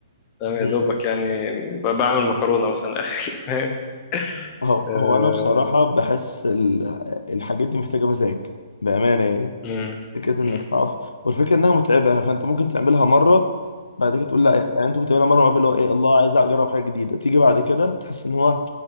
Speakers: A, on the left; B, on the left.
A: فاهم يا
B: مم.
A: دوبك يعني ب- بعمل مكرونة مثلا آخر <laughs>
B: هو
A: آه،
B: هو أنا بصراحة بحس ال- الحاجات دي محتاجة مزاج بأمانة يعني
A: مم،
B: فكره
A: مم،
B: انك تقف والفكره انها متعبه يعني، فانت ممكن تعملها مره بعد كده تقول لا يعني انت ممكن تعملها مره وقبل اللي هو ايه الله عايز اجرب حاجه جديده تيجي بعد كده تحس ان هو